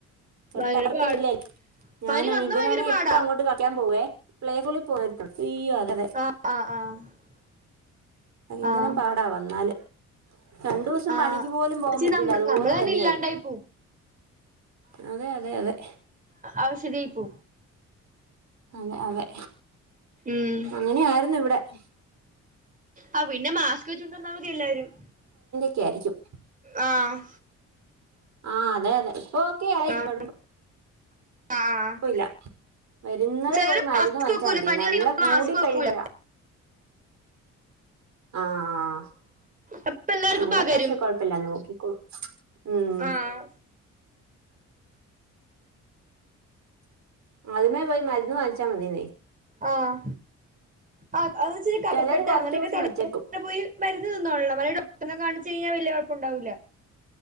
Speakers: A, on the right; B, on the right.
A: തൊട്ടാർത്ത
B: ഭയങ്കര പാടാ
A: ഇല്ലേ ഞാനാണ്
B: പനി വന്നാ
A: ഇവനാണ്
B: ഭയങ്കര പാടാ
A: എപ്പ അങ്ങോട്ട് കളിക്കാൻ പോവേ പ്ലേസ്കൂളിൽ പോയിരുന്നു ഇയ്യോ അതെ
B: ആഹ് ആഹ് ആഹ്
A: ഭയങ്കരം
B: ആഹ്
A: പാടാ വന്നാല് രണ്ടൂവസം
B: ആഹ്
A: പണിക്ക് പോലും പോവാൻ
B: ച്ചി
A: പറ്റില്ല
B: നമ്മ
A: അതുപോലെ
B: നമ്മള്
A: പനിയായിരുന്നു
B: തന്നെ ഇല്ലാണ്ടായി പോവും
A: അതെ അതെ അതെ
B: അവശദീപൂ
A: അതെ അതെ
B: ഉം
A: അങ്ങനെയായിര്ന്നു ഇവിടെ <inaudible>
B: ആഹ് പിന്നെ മാസ്ക് വെച്ചോണ്ടന്നാമതി എല്ലാരും
A: ക്കേരിക്കും
B: ആഹ്
A: ആഹ് അതെ അതെ ഇപ്പോക്കെ ആയി
B: ആഹ്
A: കൊഴപ്പ്
B: ആഹ്
A: ഒല്യ വരുന്നതേ
B: ചെലര്
A: പോയി മരുന്ന്
B: മാസ്ക്
A: വാങ്ങിച്ചാ
B: വെക്കൂല
A: മതി
B: പനി
A: നല്ല
B: അറിയണ
A: കൂടി
B: മാസ്ക് വെക്കൂല
A: കഴിയുമ്പോഴാ ആഹ
B: അപ്പൊ എല്ലാർക്കും
A: ഇവിടെ
B: പകരും
A: പക്ഷെ കൊഴപ്പില്ല നോക്കിക്കോളൂ ഉം
B: ആഹ്
A: ആദ്യമേ പോയി മരുന്ന് വാങ്ങിച്ചാ മതി
B: ആഹ് ആഹ് <unintelligible> വെച്ചിരി കബക്കട്ട
A: ചിലര് കുറച്ചു
B: അങ്ങനെയൊക്കെ
A: ദിവസം
B: തുടങ്ങ
A: വെച്ചേക്കും
B: പോയി മരു- ഇന്ന <unintelligible> ഡോക്ടറെ കാണിച്ചാൽ വല്യ <unintelligible> കൊഴപ്പം ഉണ്ടാവില്ല